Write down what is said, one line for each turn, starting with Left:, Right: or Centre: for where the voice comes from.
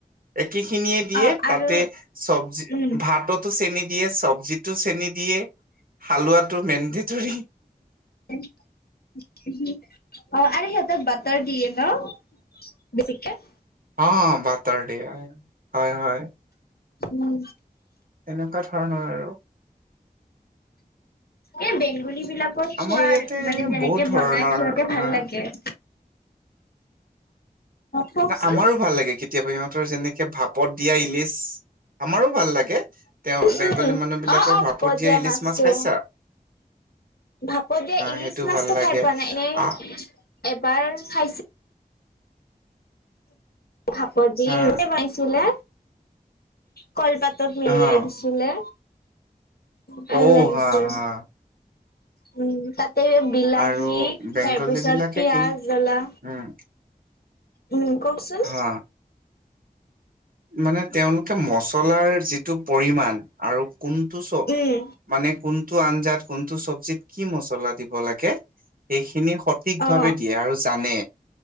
Right: একে খিনিয়ে দিয়ে
Left: অ',
Right: তাতে
Left: আৰু
Right: চবজি
Left: অ',
Right: ভাতত চেনি দিয়ে চব্জিটো চেনি দিয়ে হালোৱাটো মেডেটৰী
Left: অ', আৰু সিহঁতে বাটাৰ দিয়ে ন দেৰিকেই
Right: অ', বাটাৰ দিয়ে হয় হয় হয়
Left: উম
Right: তেনেকুৱা ধৰণৰ আৰু
Left: এ বেংগুলী বিলাক আকৌ
Right: আমাৰ
Left: খোৱাৰ
Right: ইয়াতে
Left: মানে যেনেকে
Right: বহুত ধৰণৰ
Left: বনাই সিহঁতে ভাল
Right: হা
Left: লাগে। <inaudible> কওকচোন।
Right: না আমাৰো ভাল লাগে কেতিয়াবা ইিহঁতৰ যেনেকে ভাপত দিয়া ইলিচ। আমাৰো ভাল লাগে তেওঁ
Left: উম,
Right: বেংগলী মানুহ বিলাকৰ
Left: অ', অ',
Right: ভাপত দিয়া ইলিচ
Left: মাছটো।
Right: মাছ খাইছে?
Left: ভাপত দিয়া ইলিচ
Right: সেইটো
Left: মাছটো
Right: ভাল লাগে
Left: খাই পোৱা নাই এনে
Right: আহ
Left: এবাৰ খাইছো। ভাপত দিয়ে
Right: আহ
Left: এনেকে বনাই চিলে। কল পাতত মেলিয়াই
Right: আহ
Left: দিছিলে। ভাল
Right: ঔ
Left: লাগিছিল,
Right: হা হা
Left: উম তাতে বিলাহী
Right: আৰু বেংগলী
Left: তাৰ পিছত
Right: বিলাকে
Left: পিয়াজ,
Right: কিন্তু
Left: জ্বলা।
Right: উম।
Left: উম, কওকচোন।
Right: হা মানে তেওঁলোকে মচলাৰ যিটো পৰিমান আৰু কোনটো চ
Left: উম
Right: মানে কোনটো আঞ্জাত কোনটো চব্জিত কি মছলা দিব লাগে সেইখিনি সত সঠিক
Left: অ
Right: ভাৱে দিয়াৰ আৰু জানে,